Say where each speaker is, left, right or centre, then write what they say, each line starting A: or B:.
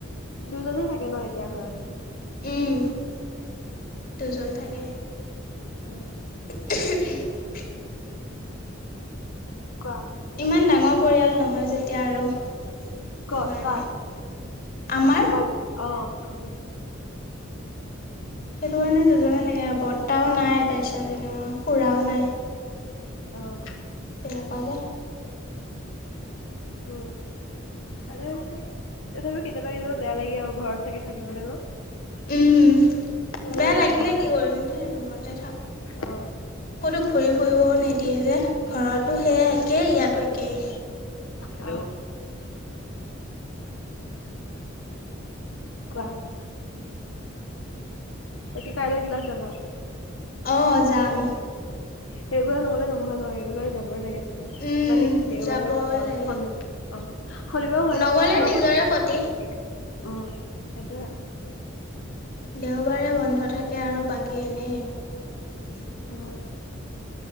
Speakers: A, on the left (about 75°); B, on the left (about 45°).
A: দুজনে থাকে ন এতিয়া ঘৰতে
B: উম। দুজন থাকে।
A: উম
B: <unintelligible>
A: কোৱা?
B: ইমান ডাঙৰ পৰিয়াল নহয় যেতিয়া আৰু সেইটো
A: কৰ,
B: কাৰণে
A: কৰ।
B: আমাৰ
A: তোমালোক অ' গম পাইছো।
B: সেইটো কাৰণে দুজনে থাকে আৰু। বৰ্তাও নাই তাৰপিছত এনে খুৰাও নাই।
A: অ',
B: তেনেকুৱ যে
A: উম। ভালে হৈছে। তথাপিও কেতিয়াবা, কেতিয়াবা বেয়া লাগে আৰু ঘৰত চাগে থাকিবলৈ ন? <unintelligible>
B: উম
A: তুমিও
B: বেয়া
A: এতিয়া
B: লাগিলে
A: নাই ঘৰত
B: কি কৰিম নহ ৰূমতে থক।
A: অ
B: কতো ঘৰি ফুৰিবও নিদি দিয়ে যে ঘৰতো সেয়াই একেই ইয়াতো একেই
A: হেল্ল। কোৱা। বাকি কাইলৈ ক্লাছ যাবা?
B: অ' যাম।
A: ৰেগুলাৰ নগ'লে নহয় ন। ৰেগুলাৰ যাবই লগে
B: উম
A: মানে কি দেওবাৰটো
B: যাবই
A: অ'
B: লাগে
A: শনিব অ' শনিবাৰ হয় ন',
B: নগ'লে
A: খালি দেওবাৰ
B: নিজৰে ক্ষতি
A: উম সেইটোয়ে
B: দেওবাৰে বন্ধ থাকে আৰু বাকী এনে বন্ধ নিদিয়ে।
A: উম।